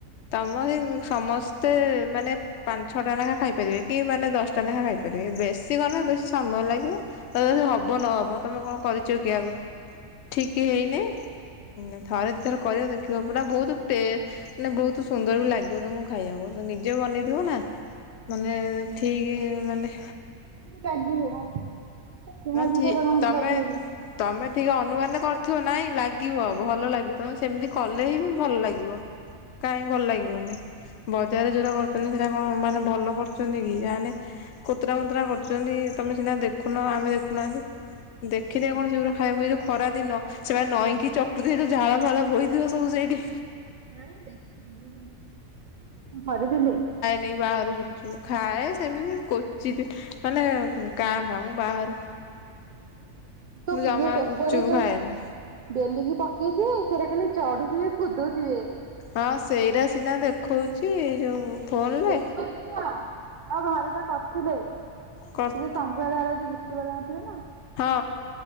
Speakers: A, on the left; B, on the right.
A: ତମ ହ ସମସ୍ତେ ମାନେ ପାଞ୍ଚ ଛଅ ଟା ନାଖା ଖାଇ ପାରିବେ କି ମାନେ ଦଶଟା ନାଖା ଖାଇପାରିବେ ବେଶ ସି କ ବେଶୀ ସମୟ ଲାଗିବ, ତ ଯଦି ହବ ନହବ ତମେ କଣ କରିଛ କି ଆଗରୁ? ଠିକ ହେଇନି ଥରେଦି ଥର କରିବ ଦେଖିବ ପୁରା ବହୁତ ଟେ ମାନେ ବହୁତ ସୁନ୍ଦର ବି ଲାଗିବ ତମକୁ ଖାଇବାକୁ ନିଜେ ବନେଇଥିବ ନା ମାନେ ଠିକ ମାନେ
B: ଲାଗି ହବ ତି
A: ନା
B: ଦିନି
A: ଠି
B: ସେଟା କଣ
A: ତମେ
B: ଲାଗି ହଵ
A: ତମେ ଟିକେ ଅନୁମାନ କରିଥିବ ନାଇଁ ଲାଗିବ ଭଲ ଲାଗିବ ତମେ ସେମିତି କଲେ ହିଁ ବି ଭଲ ଲାଗିବ। କାହିଁକି ଭଲ ଲାଗିବନି ବଜାରରେ ଯୋଉଟା କରଛନ୍ତି ସେଟା କଣ ମାନେ ଭଲ କରୁଛନ୍ତି ଯାହେନେ କତୁର ମତରା କରୁଛନ୍ତି ତମେ ସିନା ଦେଖୁନ ଆମେ ଦେଖୁ। ନାହାନ୍ତି ଦେଖିନି କଣ ଶେଗୁରା ଖାଇବାକୁ ଏଇ ଯୋଉ ଖରା ଦିନ। ସେମାନେ ନଈଁକି ଚକୁଥ ଯୋଉ ଝାଳ ଫାଳ ବଥିବ ସବୁ ସେଇଠି।
B: ଆଁ ଦେଖିନି କରିଥିଲେ
A: ନେଇ ବାହାରୁ ଗୁପଚୁପ ଖାଏ ସେମିତି କଚିତ ମାନେ କାଁ ଭାମୁ ବାହାରୁ
B: ତୁ
A: ମୁଁ ଜମା
B: ବୁ
A: ଗୁପଚୁପ୍
B: ପରେ ଯଉ।
A: ଖାଏନି।
B: ବେଲିକି ପକେଇଥିବେ ସେଇଟା ଖାଲି ଚଢୁଥିବେ କୁଦୁଥିବେ।
A: ହଁ ସେଇଟା ସିନା ଦେଖଉଛି ଯୋଉ। ଫୋନରେ
B: ଦେଖୁ ନୁହ ଆଉ ଘରେ ଯା କରିଥିଲେ।
A: କର୍
B: ସେ ଯ ସମ୍ପୁ ଦାରା ଯ ଗୁପଚୁପ୍ ବାଲା ନଥିଲେ ନା।
A: ହଁ